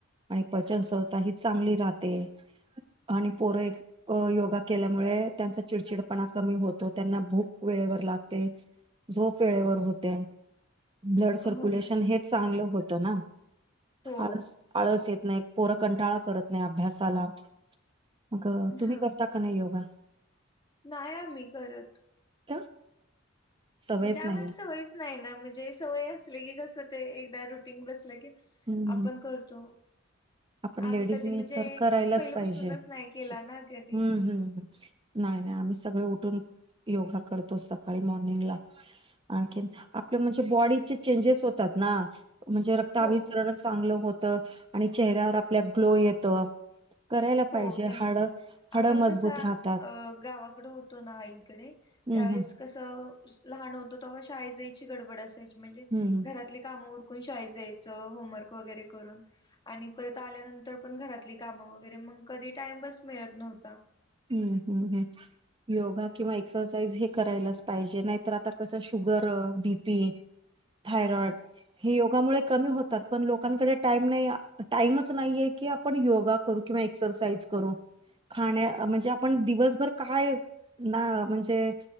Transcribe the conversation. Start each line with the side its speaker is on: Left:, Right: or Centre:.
Right: आणि पचनसंस्था ही चांगली राहते आणि पोर एक अ योगा केल्यामुळे त्यांचा चिडचिडपणा कमी होतो, त्यांना भूक वेळेवर लागते. झोप वेळेवर होते. ब्लड सर्क्युलेशन
Left: हो ना
Right: हे चांगलं होत ना
Left: हो
Right: आळस आळस येत नाही पोरकंटाळा करत नाही अभ्यासाला. मग तुम्ही
Left: हा
Right: करता का नाही योगा
Left: नाही आम्ही करत
Right: का? सवयच
Left: म्हणजे आमला
Right: नाही
Left: सवयच नाही ना, म्हणजे सवय असली की कसं ते एकदा रुटीन बसलं की
Right: <inaudible>
Left: आपण करतो.
Right: आपण लेडीजनी
Left: आम्ही कधी म्हणजे
Right: तर करायलाच
Left: पहिल्यापासूनच
Right: पाहिजे हूं
Left: नाही केला ना कधी
Right: हूं. नाही, नाही आम्ही सगळे उठून योगा करतो सकाळी मॉर्निंगला. आणखीन आपलं म्हणजे बॉडीचे चेंजेस होतात ना. म्हणजे रक्ता
Left: हो
Right: अभिसरणच चांगलं होतं, आणि चेहऱ्यावर आपल्या ग्लो येतो. करायला पाहिजे
Left: हो तेच
Right: हाड हाड
Left: आम्हाला
Right: मजबूत
Left: कसं
Right: राहतात.
Left: अ गावा इकडं होतो ना आई कडे
Right: हम्म
Left: त्यावेळेस
Right: हम्म
Left: कस लहान होतो तव्हा शाळेत जायची गडबड असायची. म्हणजे
Right: हम्म
Left: घरातली कामं उरकून शाळेत जायचं होमवर्क वगैरे करून. आणि परत आल्यानंतर पण घरातली कामं वगैरे मग कधी टाइमच मिळत नव्हता.
Right: हम्म हम् हम् योगा किंवा एक्सरसाइज हे करायलाच पाहिजे. नाहीतर आता कसं शुगर, बीपी थायरॉईड हे योगामुळे कमी होतात. पण लोकांकडे टाईम नाही, टाईमच नाहीये की पण योगा करून किंवा एक्सरसाइज करून, खाण्या म्हणजे आपण दिवसभर काय, ना म्हणजे